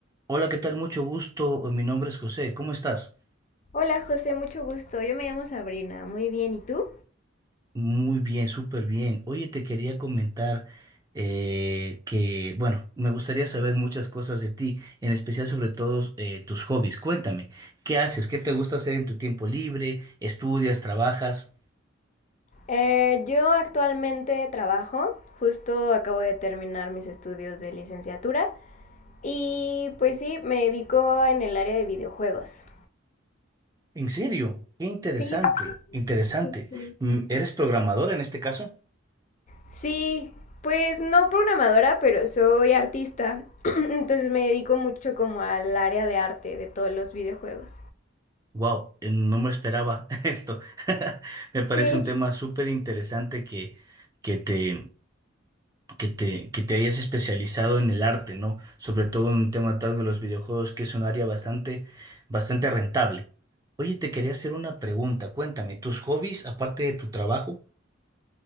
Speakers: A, on the right; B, on the left.
A: Hola, ¿qué tal? Mucho gusto. Eh, Mi nombre es José. ¿Cómo estás?
B: Hola José, mucho gusto. Yo me llamo Sabrina. Muy bien, ¿y tú?
A: Muy bien, súper bien. Oye, te quería comentar eh, que, bueno, me gustaría saber muchas cosas de ti, en especial sobre todo eh, tus hobbies. Cuéntame, ¿qué haces? ¿Qué te gusta hacer en tu tiempo libre? ¿Estudias? ¿Trabajas?
B: Eh, yo actualmente trabajo, justo acabo de terminar mis estudios de licenciatura y pues sí, me dedico en el área de videojuegos.
A: En serio, qué interesante,
B: Sí,
A: interesante.
B: sí, sí.
A: Mm, ¿Eres programadora en este caso?
B: Sí, pues no programadora, pero soy artista, <clears throat> entonces me dedico mucho como al área de arte de todos los videojuegos.
A: Wow, no me esperaba <laughs> esto. <laughs> Me parece
B: Sí.
A: un tema súper interesante que, que te que te, que te hayas especializado en el arte, ¿no? Sobre todo en un tema tal de los videojuegos, que es un área bastante, bastante rentable. Oye, te quería hacer una pregunta. Cuéntame, ¿tus hobbies, aparte de tu trabajo,